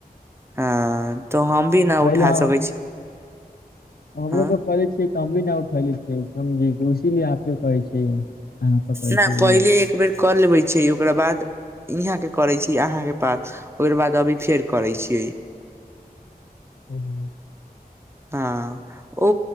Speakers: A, on the right; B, on the left.
A: हँ तऽ हम भी नहि
B: पहले
A: उठा
B: हम
A: सकै छी
B: हमरो
A: हँ
B: पर कले छी तऽ हम भी न उठले छैझ इसीलिए आप केो कहै छै अहाँ पर कहै
A: नहि
B: छै ओ
A: पहिले एक बेर कर लेबै छै ओकरा बाद यहाँ के करै छी अहाँके पास ओकर बाद अभी फेर करै छियै
B: ह
A: हँ ओ